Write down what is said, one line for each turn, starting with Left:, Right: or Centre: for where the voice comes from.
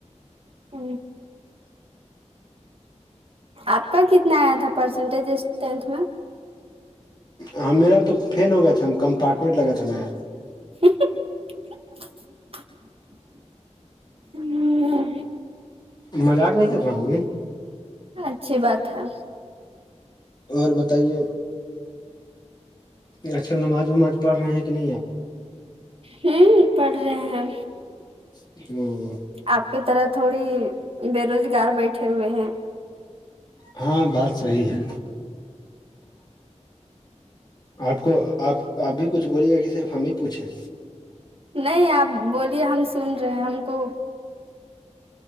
Right: ہ آپ کا کتنا آیا تھا پرسنٹیج ہے ٹینتھ میں
Left: ہاں میرا تو فل ہو گیا تھا ہم کمپارٹمنٹ لگا تھا میرا
Right: <inaudible> ہوں
Left: مذاق نہیں کر رہا ہوں گے
Right: اچھی بات ہے
Left: اور بتائیے آج کل نماز وماز پڑھ رہے ہیں کہ نہیں آپ
Right: ہوں پڑ رہے ہیں
Left: ہ
Right: آپ کی طرح تھوڑی بے روزگار بیٹھے ہوئے ہیں
Left: ہاں بات صحی ہے آپ کو آپ آپ بھی کچھ بولیں گے کہ صرف ہم ہی پوچھیں
Right: نہیں آپ بولیے ہم سن رہے ہیں ہم کو